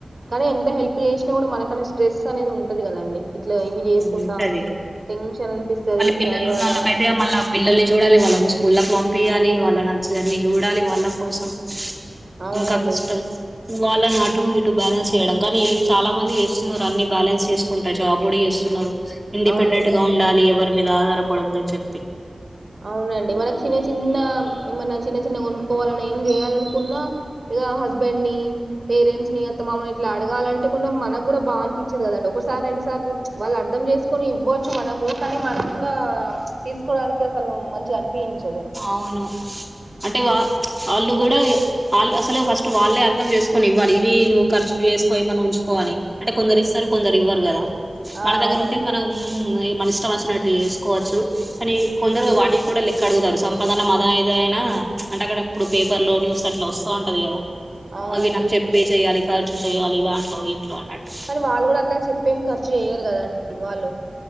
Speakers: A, on the right (about 55°); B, on the right (about 15°).
A: కానీ ఎంత హెల్ప్ చేస్ నా మనకనే స్ట్రెస్ అనేది ఉంటది కదండి ఇట్లా
B: అవునవును
A: ఇవి చేసుకుంట
B: ఉంటది
A: టెన్షన్ అనిపిస్తది
B: మళ్ళీ
A: ఇటు
B: పిల్లలు
A: చదవడం
B: ఉన్నళ్ళకైతే మళ్ళీ ఆ పిల్లల్ని చూడాలి వాళ్ళ స్కూళ్ళలకు పంపయాలి వాళ్ళ నంచిన్ని చూడాలి వాళ్ళ కోసం
A: అవునండి
B: ఇంక కష్టం వాళ్ళ నటు ఇటు బ్యాలెన్స చెయ్యడం కానీ చాలా మంది చేస్తున్నారు అన్ని బాలన్స్ చెస్ జాబ్ కూడా చేస్తున్నారు ఇండిపెండెంట్
A: అవును
B: గా ఉండాలి ఎవరిమీద ఆధార పద్దోదు అని చెప్పి
A: అవునండి మన చిన్న చిన్న ఏమన్నా చిన్న చిన్నగా కొనుక్కోవాలన్నా ఏం చేయాలనుకున్న ఇగ హస్బెండ్ ని పేరెంట్స్ ని అత్తమామని ఇట్ల అడగాలంటే కూడా మనకు కూడా బాగా అనిపి తది కదండి ఒకసారి రెండు సార్లు వాళ్ళు అర్ధం చేసుకుని ఇవ్వచ్చు మనకు కానీ మనం కూడా తీసుకోవడానిక్ గ అసలు మంచిగా అనిపించదు.
B: అవును అంటే వా వాళ్ళు కూడ వాళ్ళు అసలు ఫస్ట్ వాళ్ళే అర్థం చేసుకొని ఇవ్వాలి. ఇవి నువ్వు ఖర్చులు చేసుకో, ఏమన్న ఉంచుకో అని. అంటే కొందరు ఇస్తారు. కొందరు ఇవ్వరు కదా!
A: ఆ
B: మన దగ్గర
A: అవునండి
B: ఉంటే మనం మన ఇష్టం వచ్చినట్టు చేసుకోవచ్చు. కాని కొందరు
A: ఉమ్,
B: వాటిని కూడ లెక్క అడుగుతారు. సంపాదన మద ఏద అయినా అంటే అక్కడ అప్పుడు పేపర్ లో న్యూస్ అట్లా వస్తాంటది కదా!
A: అవునండి
B: అవి నాకు చెప్పే చెయ్యాలి ఖర్చు చేయాలి దాంట్లో దీంట్లో అన్నట్టు.
A: కానీ వాళ్ళు కూడ అట్లా చెప్పేం ఖర్చు చేయ్యరు కదండి వాళ్ళు.